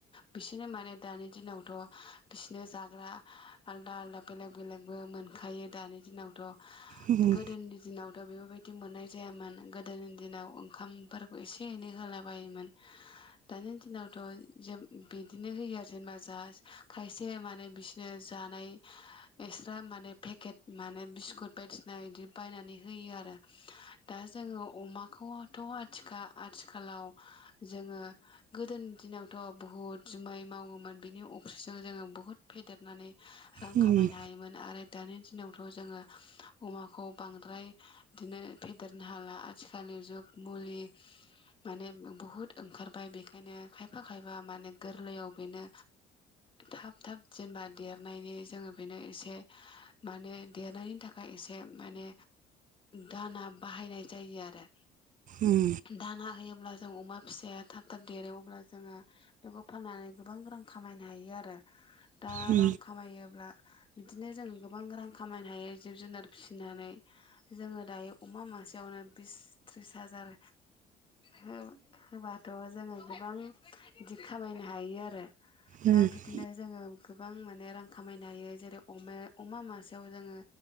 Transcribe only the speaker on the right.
उम
उम
उम
उम
उम